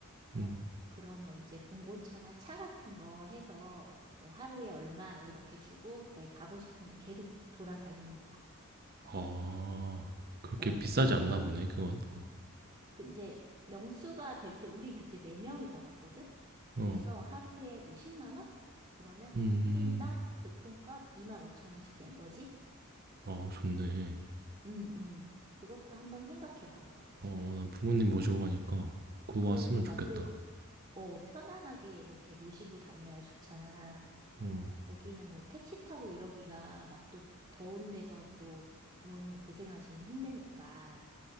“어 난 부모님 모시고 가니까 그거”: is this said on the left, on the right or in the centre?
Right